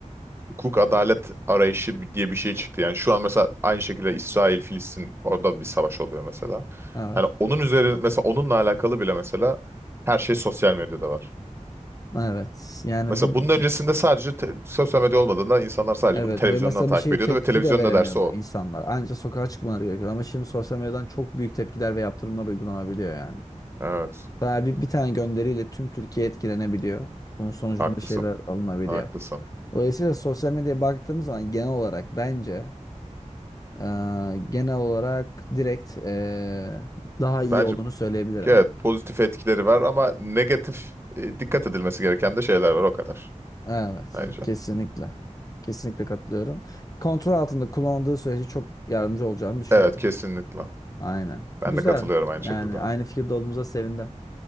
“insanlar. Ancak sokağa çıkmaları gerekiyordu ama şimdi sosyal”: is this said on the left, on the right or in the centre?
Left